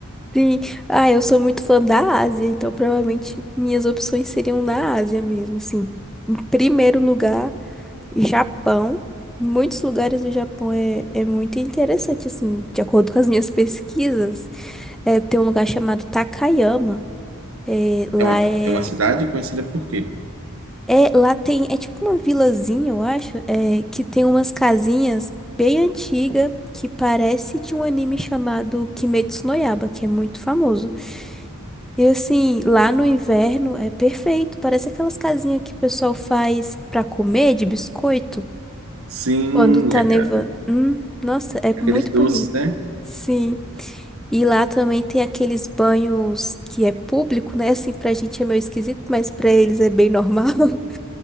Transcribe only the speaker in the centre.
Sim. Ah, eu sou muito fã da Ásia, então provavelmente minhas opções seriam na Ásia mesmo, assim. Em primeiro lugar, Japão. Muitos lugares do Japão é, é muito interessante, assim, de acordo com as minhas pesquisas. É, tem um lugar chamado Takayama. É, lá
é,
é. Lá tem. É tipo uma vilazinha, eu acho, é, que tem umas casinhas bem antigas que parece de um anime chamado Kimetsu no Yaiba, que é muito famoso. E assim, lá no inverno é perfeito. Parece aquelas casinhas que o pessoal faz pra comer de biscoito
quando tá
nevando. Hum, nossa, é
muito
bonito.
Sim. E lá também tem aqueles banhos que é público, né? Assim, pra gente é meio esquisito, mas pra eles é bem normal. <laughs>